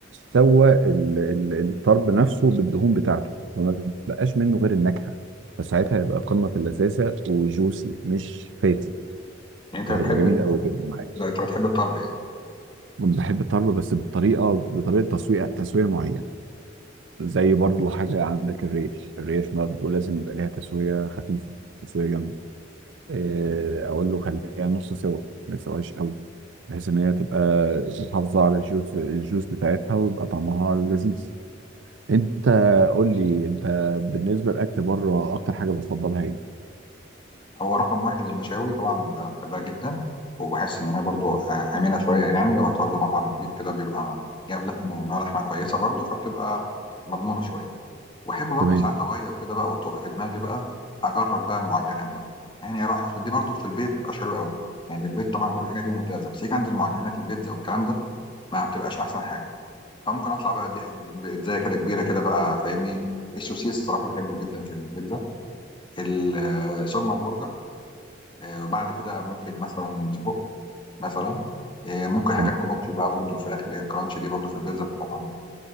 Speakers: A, on the right; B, on the left.
A: سوى ال- ال- الطرب نفسه بالدهون بتاعته وما بقاش منه غير النكهة فساعتها هيبقى قمة في اللذاذة وجوسي مش فاتي
B: يعني انت
A: فهيبقى
B: بتحب
A: جميل
B: ال...
A: قوي جدا معاك
B: انت بتحب الطرب يعني
A: بحب الطرب بس بالطريقة بطريقة تسوية تسوية معينة زي برضو حاجة عندك الريش الريش برضو لازم يبقى ليها تسوية خفيفة تسوية جامدة إيه، أقول له خليها نص سوا ما تسويش قوي بحيث إن هي تبقى محافظة على الجوس الجوس بتاعتها ويبقى طعمها لذيذ أنت قول لي أنت بالنسبة للأكل بره أكتر حاجة بتفضلها إيه؟
B: هو رقم واحد المشاوي طبعا أنا بحبها جدا وبحس ان هي برضو آه، امنه شويه يعني لو رحت برضو مطعم نضيف كده بيبقى جايب لح- نوع لحمه كويسه برضو فبتبقى مضمونه شويه واحب برضو
A: تمام
B: ساعات اغير كده بقى وتقع في دماغي بقى اجرب بقى المعجنات بقى يعني اروح عشان دي برضو في البيت ما بتبقاش حلوه قوي يعني البيت طبعا كل حاجه فيه ممتازه بس يجي عند المعجنات البيتزا والكلام ده ما بتبقاش احسن حاجه فممكن اطلع بقى اديها بيتزايه كده كبيره كده بقى فاهمني السوسيس الصراحه بحبه جدا في البيتزا ال- آه، ثم البرجر آه، وبعد كده ممكن مثلا سجق مثلا آه، ممكن حاجات
A: تمام.
B: كرانشي بقى برضو الفراخ اللي هي الكرانشي دي برضو في البيتزا بتبقى طعمها